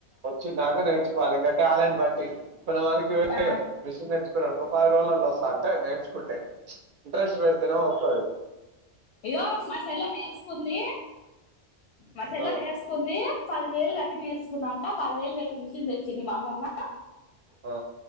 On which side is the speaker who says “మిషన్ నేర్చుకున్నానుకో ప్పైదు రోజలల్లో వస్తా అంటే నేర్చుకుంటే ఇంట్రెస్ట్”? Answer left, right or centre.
Right